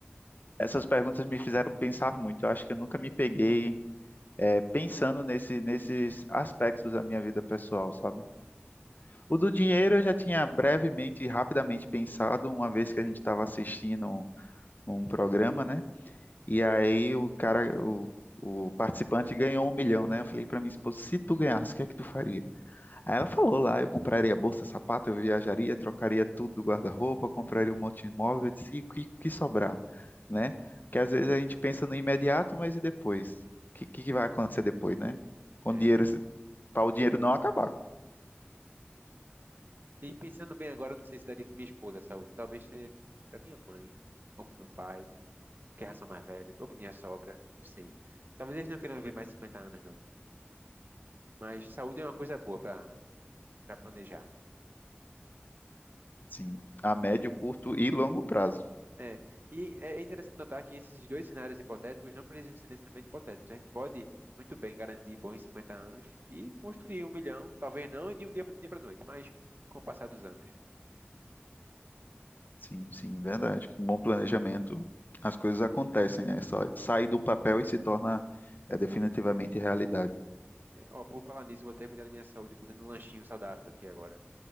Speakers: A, on the left; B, on the right.
A: essas perguntas me fizeram pensar muito. Eu acho que eu nunca me peguei é, pensando nesse, nesses aspectos da minha vida pessoal, sabe? O do dinheiro eu já tinha brevemente e rapidamente pensado, uma vez que a gente estava assistindo um, um programa, né? E aí o cara, o, o participante ganhou um milhão, né? Eu falei para minha esposa, se tu ganhasse, o que é que tu faria? Aí ela falou lá, eu compraria bolsa, sapato, eu viajaria, trocaria tudo do guarda-roupa, compraria um monte de imóvel, eu disse, e o que, o que sobrar, né? Porque às vezes a gente pensa no imediato, mas e depois? O que, que que vai acontecer depois, né? Com
B: É.
A: dinheiro, para o dinheiro não acabar,
B: E pensando bem agora, eu não sei se daria pra minha esposa a saúde. Talvez seria pra minha mãe, ou para meu pai, que já são mais velhos, ou para minha sogra, não sei. Talvez eles não queiram viver mais 50 anos, não. Mas saúde é uma coisa boa para planejar.
A: sim, a médio, curto e longo prazo.
B: É. E é é interessante notar que esses dois cenários hipotéticos não precisam ser necessariamente hipotéticos. A gente pode muito bem garantir bons 50 anos e construir um milhão, talvez não de um dia para noite, mas com o passar dos anos.
A: Sim, sim, verdade. Com bom planejamento, as coisas acontecem, né? Só sai do papel e se torna é, definitivamente realidade.
B: É, ó, por falar nisso, eu vou até cuidar da minha saúde fazendo um lanchinho saudável aqui agora.